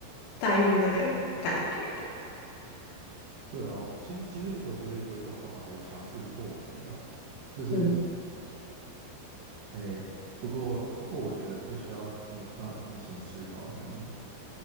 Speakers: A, on the left; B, on the right.
A: 带入那个感觉。
B: 对啊，其实其实我觉得有一种方法可以强制破局啊，就是
A: 嗯
B: 诶，不过不过我觉得这需要你有办法平行思考的能力。